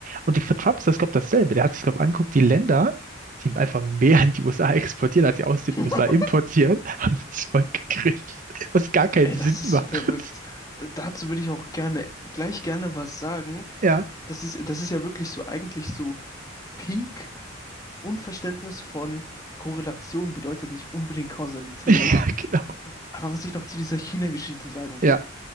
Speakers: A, on the right; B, on the left.
A: Und die für Trump ist das, glaube ich, dasselbe. Der hat sich, glaube ich, angeguckt, die Länder, die einfach mehr in die USA exportieren, als sie aus den
B: <laughs>
A: USA importieren, <laughs> haben einen Zoll gekriegt, was gar keinen
B: Ey,
A: Sinn
B: das ist
A: macht.
B: verrückt. D dazu würde ich auch gerne, gleich gerne was sagen.
A: Ja,
B: Das ist, das ist ja wirklich so eigentlich so Peak Unverständnis von Korrelation bedeutet nicht unbedingt Kausalität.
A: <laughs> ja, genau.
B: Aber was ich noch zu dieser China-Geschichte sagen
A: Ja.
B: will.